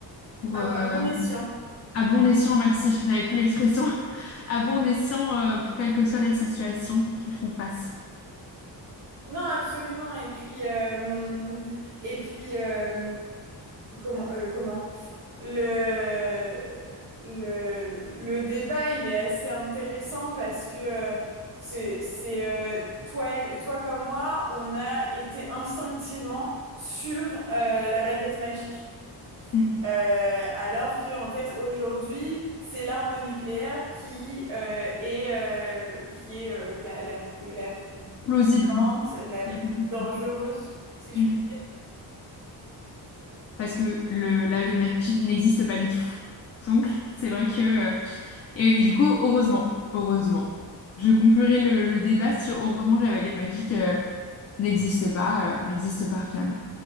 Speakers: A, on the left; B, on the right.
A: pour
B: à,
A: euh,
B: à bon escient.
A: à bon escient, merci, je n'avais plus l'expression, <laughs> à bon escient euh, pour quelle que soit la situation qu'ils font face.
B: Non, absolument. Et puis, euh, et puis euh, comment, euh, comment? Le, le, le débat, il est assez intéressant parce que euh, c'est, c'est, euh, toi, et- toi comme moi, on a été instinctivement sur euh, la baguette magique.
A: Mm.
B: Euh, alors que en fait aujourd'hui c'est l'arme nucléaire qui euh, est euh, qui est euh, la, la plus la plus
A: plausible.
B: puissante la
A: La
B: plus
A: plus plausible.
B: dangereuse si je
A: Mm.
B: puis dire
A: Parce que le, la baguette magique n'existe pas du tout. Donc, c'est vrai que... euh, Et du coup, heureusement, heureusement, je conclurai le, le débat sur heureusement que la baguette magique euh, n'existe pas, euh, n'existe pas finalement.